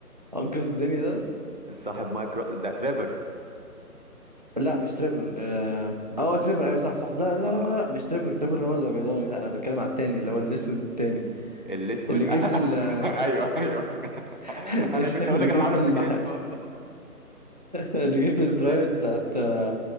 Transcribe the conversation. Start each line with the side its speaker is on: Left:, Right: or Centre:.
Right: انقذ الدنيا ده
Left: <laughs> صاحب مايكرو ده تريفر
Right: لا مش تريفر اه آه، تريفر ايوه صح صح لا لا لا
Left: آه،
Right: لا لا، مش تريفر تريفر اللي هو الابيضاني لا انا بتكلم على التاني اللي هو الاسود التاني
Left: الاسود
Right: اللي جه
Left: <laughs>
Right: في ال...
Left: ايوه ايوه <laughs>
Right: <laughs>
Left: انا كنت اقول
Right: اللي
Left: لك
Right: جه
Left: انا بحاول
Right: في
Left: افتكر
Right: المح...
Left: اسمه
Right: <laughs>
Left: اصلا <laughs>
Right: اللي
Left: انت
Right: جه في الترايل
Left: ازاي عرفت؟
Right: بتاعت آه،